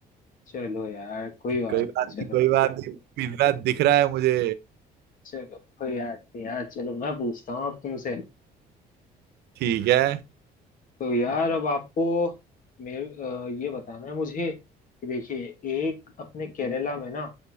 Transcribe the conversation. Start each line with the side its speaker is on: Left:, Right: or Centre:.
Left: चलो यार कोई बात
Right: कोई
Left: नहीं
Right: बात नहीं
Left: चलो
Right: कोई बात नहीं पिज्जा दिख रहा है मुझे
Left: चलो कोई बात नहीं यार चलो मैं पूछता हूँ अब तुमसे
Right: ठीक है
Left: तो यार अब आपको मेरे अ, ये बताना है मुझे कि देखिए एक अपने केरला में ना